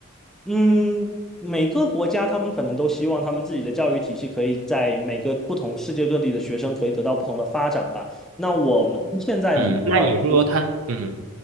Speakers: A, in the centre; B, on the right.
A: 嗯，每个国家他们可能都希望他们自己的教育体系可以在每个不同世界各地的学生可以得到不同的发展吧。那我们现在能看到。
B: 嗯，那你说他，嗯，